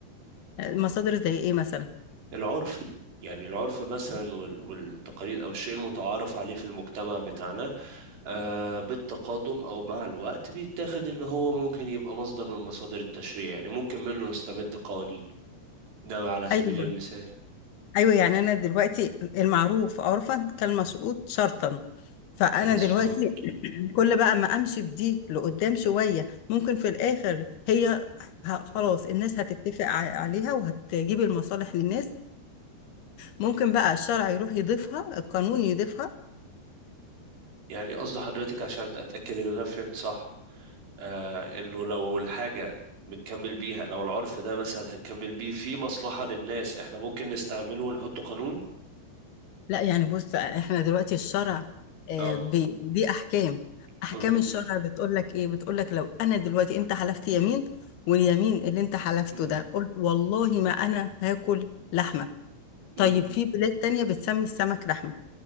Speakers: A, on the left; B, on the right.
A: آه، مصادر زي ايه مثلا
B: العرف يعني العرف مثلا وال- والتقاليد او الشيء المتعارف عليه في المجتمع بتاعنا آه، بالتقادم او مع الوقت بيتاخد ان هو ممكن يبقى مصدر من مصادر التشريع يعني ممكن منه نستمد قوانين ده على سبيل
A: ايوه
B: المثال
A: ايوه يعني انا دلوقتي المعروف عرفا كالمشروط شرطا فانا
B: مظبوط
A: دلوقتي كل بقى ما امشي بدي لقدام شويه ممكن في الاخر هي ه- خلاص الناس هتتفق ع- عليها وهتجيب المصالح للناس ممكن بقى الشرع يروح يضيفها القانون يضيفها
B: <laughs> يعني قصد حضرتك عشان اتاكد ان انا فهمت صح آه انه لو الحاجه بنكمل بيها لو العرف ده مثلا هنكمل بيه في مصلحه للناس احنا ممكن نستعمله ونحطه قانون
A: لا يعني بص احنا دلوقتي الشرع آه،
B: اه
A: بي- دي احكام احكام
B: مظبوط
A: الشرع بتقول لك ايه بتقول لك لو انا دلوقتي انت حلفت يمين واليمين اللي انت حلفته
B: مهم.
A: ده قلت والله ما انا هاكل لحمه
B: مهم.
A: طيب في بلاد تانية بتسمي السمك لحمه